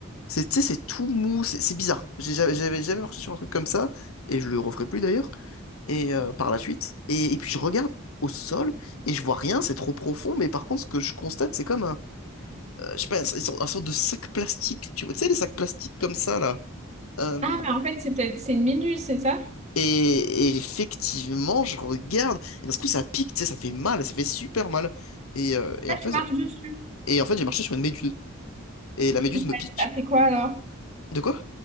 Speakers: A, on the left; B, on the right.
A: C'est, tu sais, c'est tout mou, c'est c'est bizarre. J'ai jamais- J'avais jamais marché sur un truc comme ça, et je le referai plus d'ailleurs, et euh, par la suite. Et, et puis je regarde au sol, et je vois rien, c'est trop profond, mais par contre, ce que je constate, c'est comme un, euh, je sais pas, un, sort- un sorte de sac plastique, tu vois, tu sais, les sacs plastiques comme ça, là. Euh,
B: Ah, mais en fait, c'est peut-être c'est une minuse, c'est ça?
A: et, et effectivement, je regarde, et d'un coup, ça pique, tu sais, ça fait mal, ça fait super mal. Et, euh, et
B: Ah,
A: en fait,
B: tu marches dessus.
A: et en fait, j'ai marché sur une méduse, et la méduse
B: Et t'as
A: me pique.
B: t'as fait quoi alors?
A: De quoi?